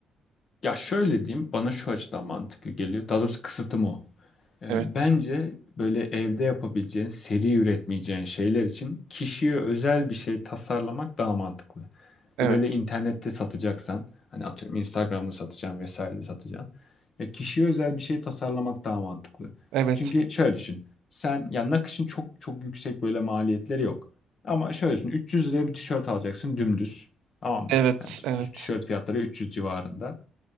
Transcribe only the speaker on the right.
Evet.
Evet.
Evet.
Evet.
Evet.